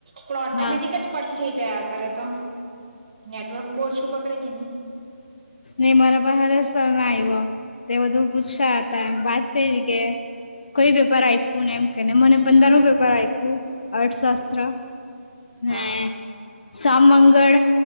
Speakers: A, on the right; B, on the left.
A: પણ ઓટોમેટિક
B: હા
A: જ કટ. થઈ જાય આ કરરે તો નેટવર્ક બહુ ઓછું પકડે કે નહીં.
B: નહીં મારા પાસે સર ના આવો. તે બધું ગુસ્સા હતા વાત થ જ કે. કોઈ પેપર આપ્યું ને એમ કેને મને પંદર પેપર આપ્યું અર્થશાસ્ત્ર. હમ
A: હા
B: સામંગળ.